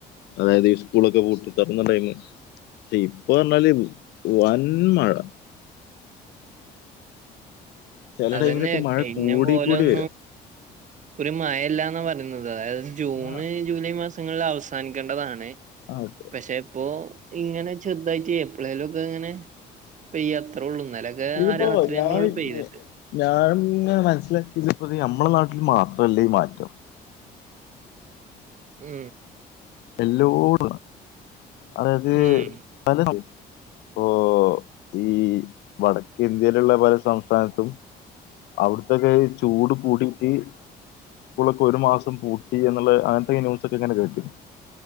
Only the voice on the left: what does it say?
അതായത് ഈ സ്കൂളക്കെ പൂട്ട് തുറന്ന ടൈം ക്ഷെ ഇപ്പൊ പറഞ്ഞാല് വൻ മഴ ചെല
ടൈമിലൊക്കെ മഴ
കൂടി
കൂടി വരും
ആ
<unintelligible>
ഇതിപ്പോ
ഞാൻ
ഞാൻ മനസ്സിലാക്കിയത്പ്പത് നമ്മളെ നാട്ടിൽ മാത്രല്ല ഈ മാറ്റം
എല്ലോടത അതായത്
പല പ്പോ ഈ വടക്കേ ഇന്ത്യയിലുള്ള പല സംസ്ഥാനത്തും അവിടത്തൊക്കെ ചൂട് കൂടിട്ട് സ്കൂളൊക്കെ ഒര് മാസം പൂട്ടി എന്നുള്ള അങ്ങനത്തെ ന്യൂസൊക്കെങ്ങനെ കേട്ടീന്നു.